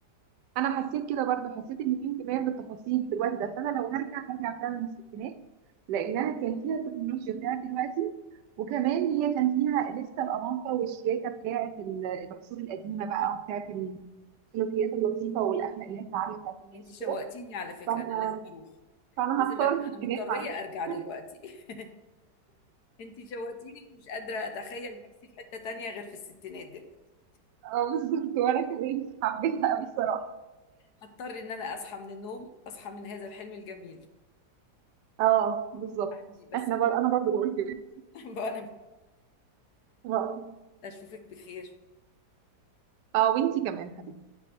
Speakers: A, on the right; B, on the left.
A: انا حسيت كده برضو حسيت ان في انتباه للتفاصيل في الوقت ده فانا لو هرجع هرجع فعلا للستينات لانها كان فيها التكنولوجيا بتاعت دلوقتي وكمان هي كان فيها لسه الاناقه والشياكه بتاعت ال- العصور القديمه بقى وبتاعت السلوكيات اللطيفه والاخلاقيات العاليه بتاعت الناس
B: انت شوقتيني
A: وكده
B: على فكرة
A: فانا
B: انا لازم اروح
A: فانا
B: لازم
A: هختار
B: ارجع
A: الستينات
B: انا مضطريه
A: معاك
B: ارجع دلوقتي
A: <laughs>
B: <laughs> انت شوقتيني مش قادره اتخيل نفسي في حته تانية غير في الستينات دلوقتي
A: اه بالظبط وانا كمان حبيتها قوي الصراحه
B: هضطر ان انا اصحى من النوم اصحى من هذا الحلم الجميل
A: اه بالظبط
B: عندي بس
A: احنا بر...
B: فول
A: انا برضو بقول كده
B: <laughs> بقى انا
A: اه
B: اشوفك بخير
A: آه، وانتي كمان حبيبتي.